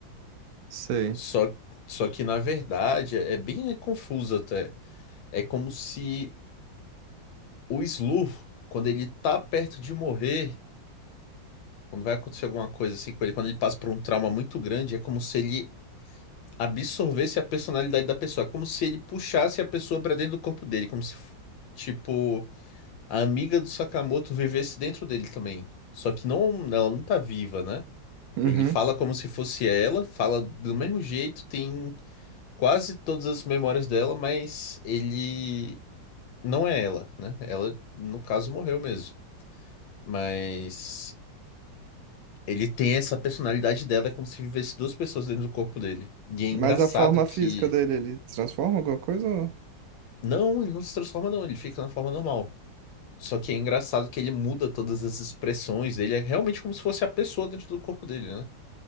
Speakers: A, on the right; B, on the left.
A: Sei.
B: Só, só que na verdade é bem confuso até. É como se o Slur, quando ele tá perto de morrer Quando vai acontecer alguma coisa assim com ele, quando ele passa por um trauma muito grande, é como se ele absorvesse a personalidade da pessoa. É como se ele puxasse a pessoa pra dentro do corpo dele. Como se, tipo, a amiga do Sakamoto vivesse dentro dele também. Só que não, ela não tá viva, né?
A: Uhum.
B: Ele fala como se fosse ela, fala do mesmo jeito, tem quase todas as memórias dela, mas ele não é ela, né? Ela, no caso, morreu mesmo. Mas. Ele tem essa personalidade dela, é como se vivesse duas pessoas dentro do corpo dele. E é engraçado
A: Mas a forma
B: que.
A: física dele, ele transforma alguma coisa? ou-
B: Não, ele não se transforma, não, ele fica na forma normal. Só que é engraçado que ele muda todas as expressões dele, é realmente como se fosse a pessoa dentro do corpo dele, né?